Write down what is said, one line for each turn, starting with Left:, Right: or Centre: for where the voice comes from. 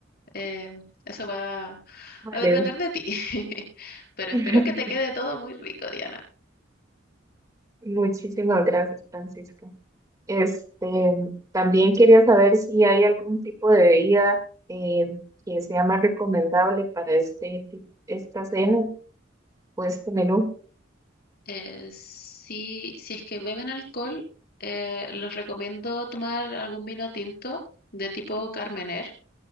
Left: eh, eso va
Right: Vale.
Left: a depender de ti. <laughs> Pero
Right: <laughs>
Left: espero que te quede todo muy rico, Diana.
Right: Muchísimas gracias, Francisco. Este, también quería saber si hay algún tipo de bebida eh, que sea más recomendable para este, ti- esta cena o este menú.
Left: Eh, si, si es que beben alcohol, eh, los recomiendo tomar algún vino tinto de tipo Carmener.